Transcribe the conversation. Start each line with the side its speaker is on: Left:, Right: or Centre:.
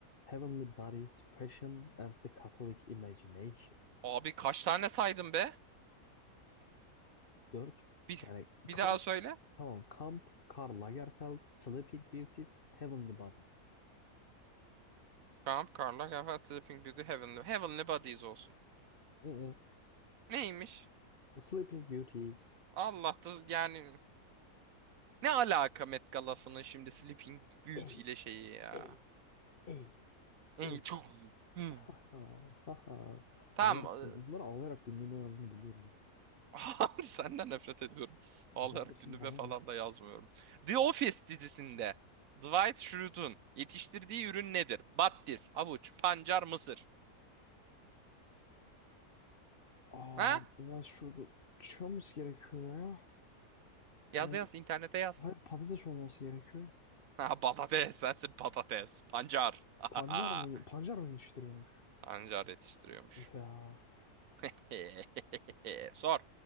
Left: Heavenly Bodies, Fashion and the Catholic Imagination.
Right: Abi kaç tane saydım be?
Left: dört
Right: Bir,
Left: Yani
Right: bir
Left: kamp
Right: daha söyle.
Left: Tamam. Camp, Karl Lagerfeld, Sleeping Beauties, Heavenly Bodies.
Right: Kamp Karlar Gaffer Sleeping Beauty Heavenly. Heavenly Bodies olsun.
Left: Mm-mm.
Right: Neymiş?
Left: Sleeping Beauties.
Right: Allah da yani ne alaka Met Gala'sının şimdi Sleeping Beauty
Left: Ey,
Right: ile şeyi ya.
Left: ey, ey,
Right: İyi
Left: ey.
Right: çok iyi. Hmm.
Left: <laughs> Ha, ha, ha.
Right: Tamam.
Left: Ağlayarak, bunları ağlayarak günlüğüne yazdığını biliyorum.
Right: <laughs> Senden nefret ediyorum. Ağlayarak
Left: Edebilirsin
Right: gündeme
Left: bana
Right: falan
Left: ne?
Right: da yazmıyorum. The Office dizisinde Dwight Schrute'un yetiştirdiği ürün nedir? Battis, avuç, pancar, mısır.
Left: Aa,
Right: Ha?
Left: Dubai şurada şey olması gerekiyor ya.
Right: Yaz
Left: Ee,
Right: yaz internete yaz.
Left: hayır
Right: <laughs>
Left: patates olması gerekiyor.
Right: Ha, patates sensin patates. Pancar. <laughs>
Left: Pancar mı, pancar mı yetiştiriyormuş?
Right: Pancar yetiştiriyormuş.
Left: Of ya.
Right: <laughs> Sor.